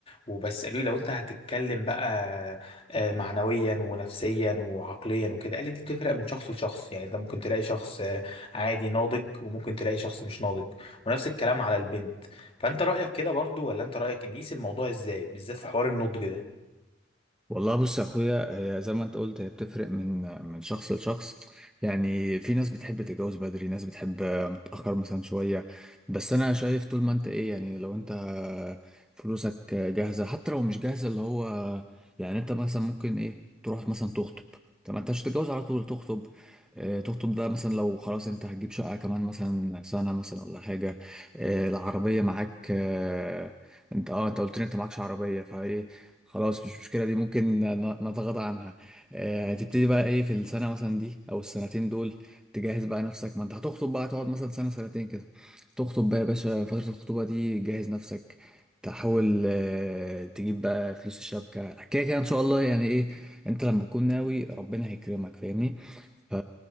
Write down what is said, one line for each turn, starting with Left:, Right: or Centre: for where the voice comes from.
Left: وبس قالوا لي لو انت هتتكلم بقى آه، معنويا ونفسيا وعقليا وكده قال لي دي بتفرق من شخص لشخص يعني انت ممكن تلاقي شخص آه، عادي ناضج وممكن تلاقي شخص مش ناضج ونفس الكلام على البنت فانت رأيك كده برضو ولا انت رأيك ان نقيس الموضوع ازاي بالذات في حوار النضج ده
Centre: والله بص يا اخويا هي زي ما انت قلت هي بتفرق من من شخص لشخص يعني في ناس بتحب تتجوز بدري ناس بتحب متأخر مثلا شوية بس انا شايف طول ما انت ايه يعني لو انت فلوسك جاهزة حتى لو مش جاهزة اللي هو يعني انت مثلا ممكن ايه تروح مثلا تخطب طب ما انت مش هتتجوز على طول تخطب آه، تخطب ده مثلا لو خلاص انت هتجيب شقة كمان مثلا سنة مثلا ولا حاجة آه، العربية معاك آه، انت اه انت قلت لي انت معكش عربية فايه خلاص مش مشكلة دي ممكن ن- نتغاضى عنها آه، تبتدي بقى ايه في السنة مثلا دي او السنتين دول تجهز بقى نفسك ما انت هتخطب بقى تقعد مثلا سنة سنتين كده تخطب بقى يا باشا فترة الخطوبة دي جهز نفسك تحاول آه، تجيب بقى فلوس الشبكة كده كده ان شاء الله يعني ايه انت لما تكون ناوي ربنا هيكرمك فاهمني ف...